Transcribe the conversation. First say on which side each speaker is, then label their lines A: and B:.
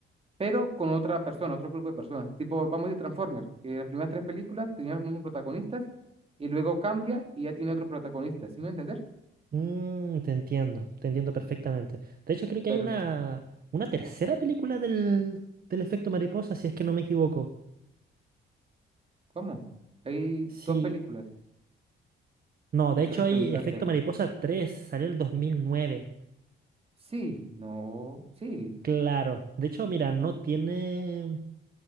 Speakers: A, on the right; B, on the right.
A: pero con otra persona, otro grupo de personas. Tipo, vamos a decir Transformers, que las primeras tres películas tenían los mismos protagonistas y luego cambia y ya tiene otro protagonista, ¿sí me voy a entender?
B: Mm, te entiendo, te entiendo perfectamente. De hecho, creo que
A: Pero,
B: hay una,
A: sí,
B: una tercera película del, del efecto mariposa, si es que no me equivoco.
A: ¿cómo? Hay
B: Sí,
A: dos películas.
B: no, de
A: ¿Por
B: hecho
A: qué me
B: hay
A: preguntaste?
B: efecto mariposa 3 salió el dos mil nueve
A: Sí, no, sí,
B: Claro, de hecho, mira, no tiene.